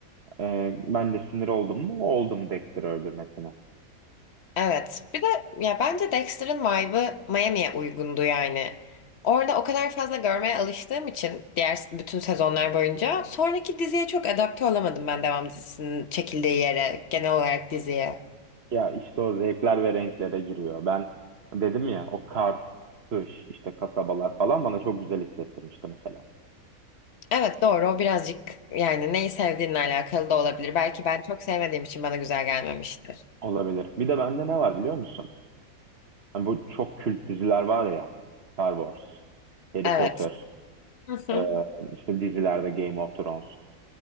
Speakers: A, on the right (about 45°); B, on the left (about 50°).
A: e, ben de sinir oldum mu? Oldum Dexter'ı öldürmesine.
B: Evet. Bir de ya bence Dexter'ın vibe'ı Miami'ye uygundu yani. Orada o kadar fazla görmeye alıştığım için diğer s- bütün sezonlar boyunca sonraki diziye çok adapte olamadım ben devam dizisinin çekildiği yere, genel olarak diziye.
A: Ya işte o zevkler ve renklere giriyor. Ben dedim ya o kar, kış, işte kasabalar falan bana çok güzel hissettirmişti mesela.
B: Evet doğru o birazcık yani neyi sevdiğinle alakalı da olabilir. Belki ben çok sevmediğim için bana güzel gelmemiştir.
A: Olabilir. Bir de bende ne var biliyor musun? Hani bu çok kült diziler var ya. Star Wars, Harry
B: Evet.
A: Potter,
B: <laughs>
A: e, işte dizilerde Game of Thrones.